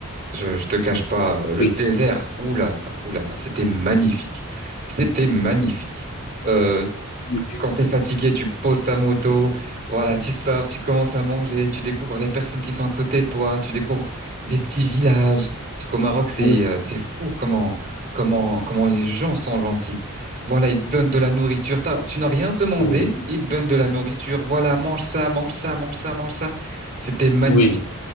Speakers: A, on the right; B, on the left.
A: Je, je te cache pas, euh, le
B: Oui,
A: désert, oulala, oulala, c'était magnifique. C'était magnifique. Euh,
B: oui,
A: quand t'es fatigué, tu poses ta moto, voilà, tu sors, tu commences à manger, tu découvres les personnes qui sont à côté de toi, tu découvres des petits villages. Parce qu'au Maroc, c'est
B: oui,
A: euh, c'est fou comment comment comment les gens sont gentils. Voilà, ils te donnent de la nourriture. T'as- Tu n'as rien demandé,
B: oui.
A: ils te donnent de la nourriture. Voilà, mange ça, mange ça, mange ça, mange ça. C'était magnifique.
B: Oui,